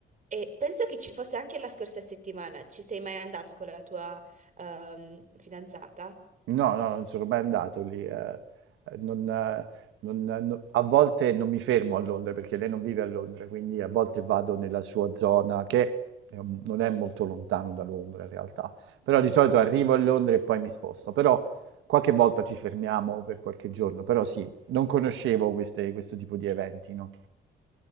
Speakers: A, on the right; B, on the right.
A: E penso che ci fosse anche la scorsa settimana. Ci sei mai andato con la tua ehm, fidanzata?
B: No, no, non sono mai andato lì. eh, eh, non, eh, non- eh, no- a volte non mi fermo a Londra perché lei non vive a Londra, quindi a volte vado nella sua zona che è un- non è molto lontano da Londra in realtà. Però di solito arrivo a Londra e poi mi sposto. Però qualche volta ci fermiamo per qualche giorno. Però sì, non conoscevo queste- questo tipo di eventi, no?